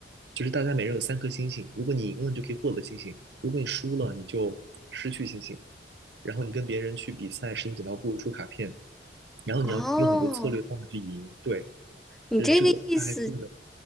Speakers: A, on the right; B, in the centre.
A: 就是大家每人有三颗星星，如果你赢了，你就可以获得星星；如果你输了，你就失去星星。然后你跟别人去比赛石头剪刀布出卡片，然后你要用很多策略方法去赢，
B: 哦，
A: 对，
B: 你这个意思，
A: 就是这个大概这个